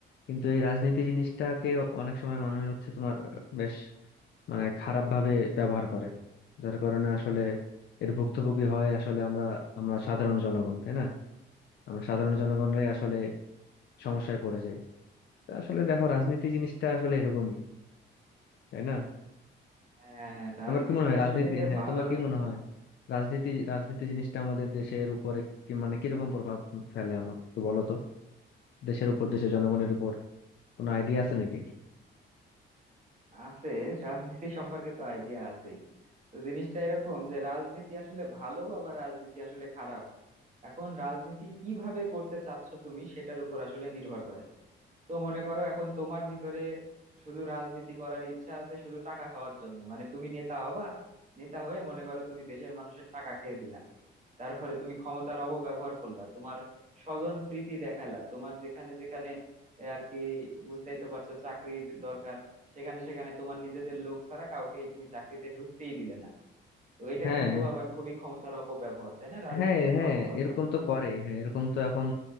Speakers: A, on the left; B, on the right.
A: কিন্তু এই রাজনীতি জিনিসটাকে অনেক সময় মানুষ হচ্ছে তোমার বেশ মানে খারাপ ভাবে ব্যবহার করে যার কারণে আসলে এর ভুক্তভোগী হয় আসলে আমরা আমরা সাধারণ জনগণ তাই না আমরা সাধারণ জনগণরাই আসলে সমস্যায় পড়ে যাই তো আসলে দেখো রাজনীতি জিনিসটা আসলে এরকমই তাই না
B: হ্যাঁ রাজনীতি
A: তোমার কি মনে হয় রাজনীতি
B: আসলে হে
A: হ্যাঁ
B: ভালো
A: তোমার কি
B: জিনিস
A: মনে হয় রাজনীতি রাজনীতি জিনিসটা আমাদের দেশের উপরে কি মানে কিরকম প্রভাব ফেলে আমার একটু বলো তো দেশের উপর দেশের জনগণের উপর কোনো আইডিয়া আছে নাকি
B: আছে রাজনীতি সম্পর্কে তো আইডিয়া আছেই তো জিনিসটা এরকম যে রাজনীতি আসলে ভালো আবার রাজনীতি আসলে খারাপ এখন রাজনীতি কিভাবে করতে চাচ্ছ তুমি সেটার উপর আসলে নির্ভর করে তো মনে করো এখন তোমার ভিতরে শুধু রাজনীতি করার ইচ্ছা আছে শুধু টাকা খাওয়ার জন্য মানে তুমি নেতা হবা নেতা হয়ে মনে করো তুমি দেশের মানুষের টাকা খেয়ে দিলা তারপরে তুমি ক্ষমতার অপব্যবহার করলা তোমার স্বজন প্রীতি দেখাইলা তোমার যেখানে যেখানে এ আর কি বুঝতেই তো পারছো চাকরির দরকার সেখানে সেখানে তোমার নিজেদের লোক ছাড়া কাউকেই তুমি চাকরিতে ঢুকতেই দিলে না তো এটা
A: হ্যাঁ
B: কিন্তু আবার খুবই ক্ষমতার অপব্যবহার তাই না রাজনীতির
A: হ্যাঁ
B: একটা
A: হ্যাঁ
B: অপব্যবহার
A: এরকম তো করেই হ্যাঁ এরকম তো এখন